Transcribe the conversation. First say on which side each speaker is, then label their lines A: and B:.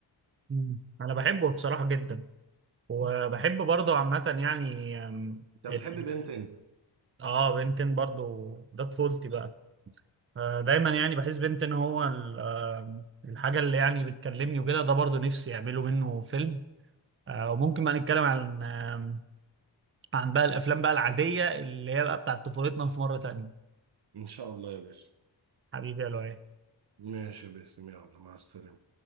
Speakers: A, on the right; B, on the right.
A: مم. أنا بحبه بصراحة جدا وبحب برضه عامة يعني أم،
B: انت بتحب
A: ال-
B: بنتين
A: آه بنتين برضه ده طفولتي بقى آه، دايما يعني بحس بنت ان هو ال- آه، الحاجه اللي يعني بتكلمني وكده ده برضو نفسي يعملوا منه فيلم آه، وممكن بقى نتكلم عن آم، عن بقى الافلام بقى العاديه اللي هي بقى بتاعت طفولتنا في مره تانية
B: ان شاء الله يا باشا
A: حبيبي يا لؤي
B: ماشي يا باسم يلا مع السلامه